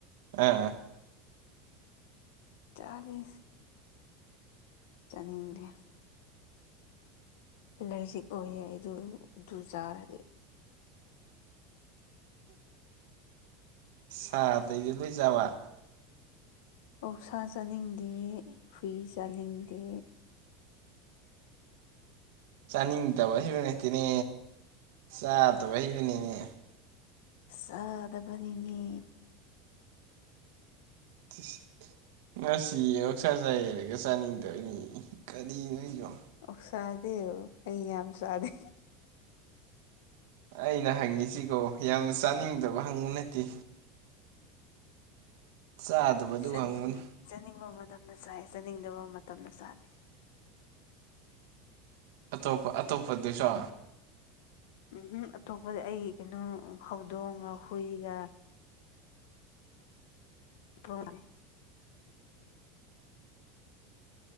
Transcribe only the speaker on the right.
ꯑꯥ ꯑꯥ
ꯁꯗꯗꯨ ꯂꯣꯏꯖꯕ
ꯆꯥꯅꯤꯡꯗꯕ ꯍꯩꯕ ꯅꯠꯇꯦꯅꯦ ꯆꯥꯗꯕ ꯍꯩꯕꯅꯤꯅꯦ
<unintelligible> ꯉꯁꯤ ꯑꯛꯁꯥ ꯆꯥꯏꯔꯒ ꯆꯥꯅꯤꯡꯗꯕꯅꯤ ꯀꯔꯤ ꯅꯣꯏꯅꯣ
ꯑꯩꯅ ꯍꯪꯉꯤꯁꯤꯀꯣ ꯌꯥꯝꯅ ꯆꯥꯅꯤꯡꯗꯕ ꯍꯪꯕ ꯅꯠꯇꯦ ꯆꯥꯗꯕꯗꯨ
ꯍꯪꯕꯅꯤ
ꯑꯇꯣꯞꯄ ꯑꯇꯣꯞꯄꯗꯨꯁꯨ